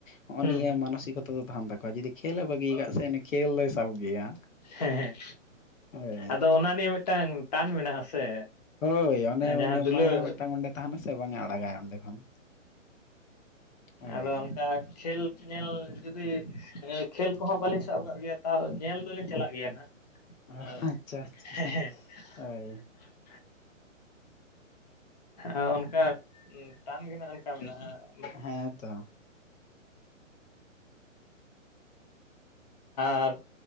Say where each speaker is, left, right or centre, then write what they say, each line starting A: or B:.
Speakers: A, on the left (about 75°); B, on the left (about 30°).
A: ᱦᱚᱜᱼᱚᱭ
B: ᱦᱩᱸ
A: ᱱᱤᱭᱟᱹ ᱢᱟᱱᱚᱥᱤᱠᱚᱛᱟ ᱚᱠᱛᱚ ᱫᱚ ᱛᱟᱦᱮᱱ ᱛᱟᱠᱚᱣᱟ ᱡᱩᱫᱤ ᱠᱷᱮᱞᱮ ᱵᱟᱹᱜᱤ ᱠᱟᱜ ᱥᱮ ᱩᱱᱤ ᱠᱷᱮᱞ ᱫᱚᱭ ᱥᱟᱵ ᱜᱮᱭᱟ᱾
B: ᱦᱮᱸ ᱦᱮᱸ
A: ᱦᱳᱭ
B: ᱟᱫᱚ ᱚᱱᱟ ᱱᱤᱭᱟᱹ ᱢᱤᱫᱴᱟᱝ ᱴᱟᱱ ᱢᱮᱱᱟᱜ-ᱟ ᱥᱮ᱾
A: ᱦᱳᱭ ᱚᱱᱮ
B: ᱡᱟᱦᱟᱸ
A: ᱚᱱᱮ
B: ᱫᱩᱞᱟᱹᱲ
A: ᱢᱟᱭᱟ ᱢᱤᱫᱴᱟᱝ ᱚᱸᱰᱮ ᱛᱟᱦᱮᱱᱟ ᱥᱮ ᱵᱟᱝ-ᱮ ᱟᱲᱟᱜᱟᱭ ᱚᱸᱰᱮ ᱠᱷᱚᱱ᱾
B: ᱦᱮᱸ
A: ᱦᱳᱭ
B: ᱟᱫᱚ ᱚᱱᱠᱟ ᱠᱷᱮᱞ ᱧᱮᱞ ᱡᱩᱫᱤ ᱮᱸ ᱠᱷᱮᱞ ᱠᱚᱦᱚᱸ ᱵᱟᱞᱤᱧ ᱥᱟᱵ ᱠᱟᱜ ᱜᱮᱭᱟ ᱛᱟᱣ ᱧᱮᱞ ᱫᱚᱞᱤᱧ ᱪᱟᱞᱟᱜ ᱜᱮᱭᱟ ᱱᱟᱜ᱾
A: ᱚ
B: <unintelligible>
A: ᱟᱪᱪᱷᱟ ᱟᱪᱪᱷᱟ ᱦᱳᱭ
B: ᱚ ᱚᱱᱠᱟ ᱴᱟᱱ ᱜᱮ ᱱᱟᱜ ᱚᱱᱠᱟ ᱢᱮᱱᱟᱜᱼᱟ᱾ <inaudible>
A: ᱦᱮᱸ ᱛᱚ
B: ᱟᱨ ᱾